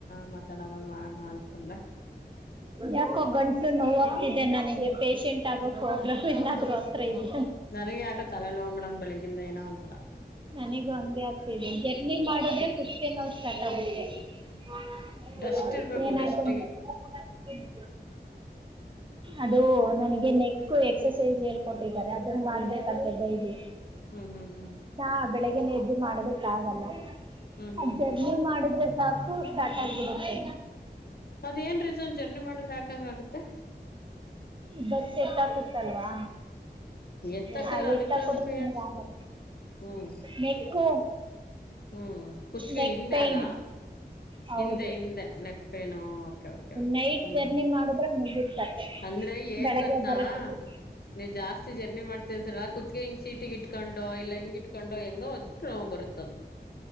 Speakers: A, on the left; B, on the right.
A: ಮಾತಾಡ. ಮಾಡ್ತಾ ಅನ್ಕೊಂಡೆ.
B: ಯಾಕೋ ಗಂಟ್ಲು ನೋವಾಗ್ತಿದ್ದೆ ನನಗೆ ಪೇಶೆಂಟ್ ಆಗೋ ಪ್ರೋಗ್ರಾಮ್ ಏನಾದ್ರು ಹತ್ರ ಇದಿ
A: ನನಗೆ ಯಾಕ ತಲೆ ನೋವು ಮೇಡಂ ಬೆಳಿ ಇಂದ ಏನೋ ಒಂತರ.
B: ನನಗೂ ಹಂಗೆ ಆಗ್ತಿದೆ ಜರ್ನಿ ಮಾಡಿದ್ರೆ ಕುತ್ತಿಗೆ ನೋವ್ ಸ್ಟಾರ್ಟ್ ಆಗುತ್ತೆ <unintelligible>
A: ಡಸ್ಟ್ ಇರ್ಬೇಕು ಡಸ್ಟಿಗೆ
B: ಅದು ನನಗೆ ನೆಕ್ಕು ಎಕ್ ಕ್ಸಸೈಜ ಹೇಳ್ಕೊಟ್ಟಿದ್ದಾರೆ ಅದನ್ ಮಾಡ್ಬೇಕಂತೆ ಡೈಲಿ.
A: ಹ್ಮ್ ಹ್ಮ್ ಹ್ಮ್.
B: ಹಾ ಬೆಳಿಗ್ಗೆನೆ ಎದ್ದು ಮಾಡೋದಕ್ಕ ಆಗಲ್ಲ.
A: ಹ್ಮ್
B: ಅದ್
A: ಹ್ಮ್
B: ಜರ್ನಿ
A: ಹ್ಮ್
B: ಮಾಡಿದ್ರೆ ಸಾಕ್ ಕೂ ಸ್ಟಾರ್ಟ್ ಆಗ್ಬಿಡತ್ತೆ.
A: ಅದೇನ್ ರೀಸನ್ ಜರ್ನಿ ಮಾಡಿದ್ರೆ ಯಾಕಂಗ್ ಆಗತ್ತೆ.
B: ಬಸ್ ಸೆಟ್ಟಾಕುತ್ತಲ್ವಾ.
A: ಎತ್ತಕಿದ್ರೆ
B: ಹಾ ಎತ್ತಕೂದ್ರೂ
A: ಅದಕ್ಕೂ ಅದಕ್ಕೂ ಏನ್
B: ನಂಗ್ ಆಗಲ್ಲ
A: ಹ್ಮ್
B: ನೆಕ್ಕು
A: ಹ್ಮ್ ಕುತ್ಗೆ
B: ನೆಕ್
A: ಹಿಂದೆ
B: ಪೈನ್
A: ಅಲಾ.
B: ಹೌದು
A: ಹಿಂದ ಹಿಂದ ನ ಪೇನು ಓಕೆ ಓಕೆ
B: ನೈಟ್
A: ಹ್ಮ್
B: ಜರ್ನಿ ಮಾಡಿದ್ರೆ ಮುಗಿತ್ ಕತೆ
A: ಅಂದ್ರೆ ಏನ್
B: ಬೆಳಗ್ಗೆ
A: ಗೊತ್ತಾ
B: ಬರೋಷ್ಟೊತ್ತಿಗೆ
A: ನೀವು ಜಾಸ್ತಿ ಜರ್ನಿ ಮಾಡ್ತಿರ್ತೀರ್ಲ ಹ <inaudible> ಸೀಟಿಗ ಇಟ್ಕೊಂಡೋ ಇಲ್ಲ ಹಿಂಗ ಇಟ್ಕೊಂಡೋ ಹೆಂಗೋ <unintelligible> ನೋವ್ ಬರುತ್ತದ.